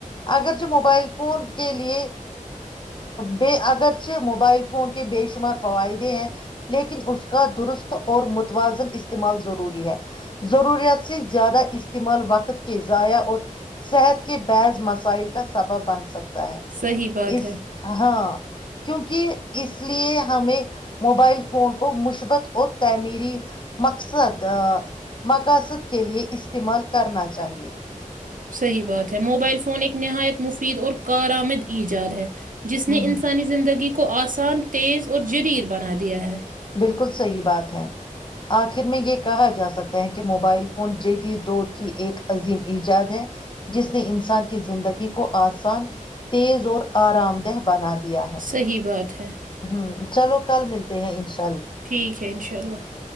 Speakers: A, on the left; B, on the right.
A: اگر چ موبائل فون کے لی بے اگرچہ موبائل فون کے بے شمار فوائدے ہیں لیکن اس کا درست اور متوازن استعمال ضروری ہے ضروریات سے زیادہ استعمال وقت کے ضائع اور صحت کے بحض مسائل کا سبب بن سکتا ہے
B: صحیح بات
A: اس
B: ہے
A: ہاں کیونکہ اس لیے ہمیں موبائل فون کو مثبت اور تعمیری مقصد مقاصد کے لیے استعمال کرنا چاہیے <unintelligible>
B: صحیح بات ہے موبائل فون ایک نہایت مفید اور کارآمد ایجاد ہے جس نے
A: ہوں ہوں
B: انسانی زندگی کو کو آسان تیز اور جرییر بنا دیا ہے
A: بالکل صحی بات ہے آخر میں یہ کہا جا سکتا ہے کہ موبائل فون جید دور کی ایک عظیم ایجاد ہے جس نے انسان کی زندگی کو آسان تیز اور آرام دہ بنا دیا ہے
B: صحیح بات ہے
A: <unintelligible> ہاں <unintelligible> چلو کل ملتے ہیں ان
B: ٹھیک ہے انشاء اللہ